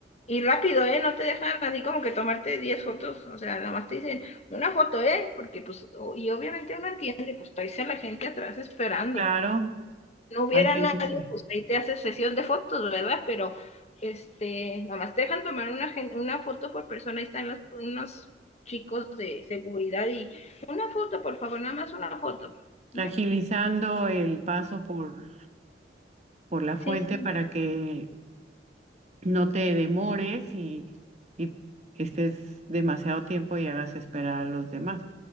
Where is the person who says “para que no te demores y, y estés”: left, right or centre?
Right